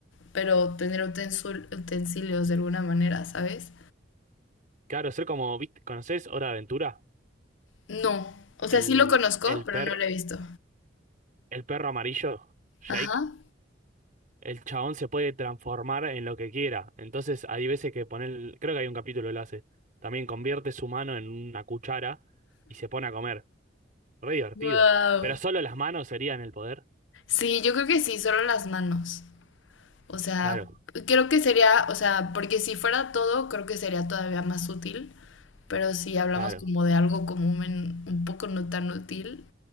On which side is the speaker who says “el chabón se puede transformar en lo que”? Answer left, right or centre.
Right